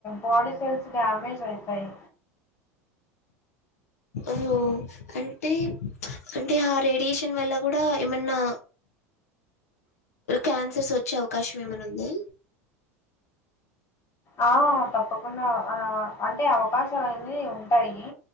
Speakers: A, on the left; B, on the left.
A: బాడీ సెల్స్ డ్యామేజ్ అయితాయి
B: ఓ అంటే అంటే రేడియేషన్ వల్ల కూడా ఏమన్నా క్యాన్సర్స్ వచ్చే అవకాశం ఏమైనా ఉందా
A: ఆ తప్పకుండా ఆ అంటే అవకాశాలు అనేది ఉంటాయి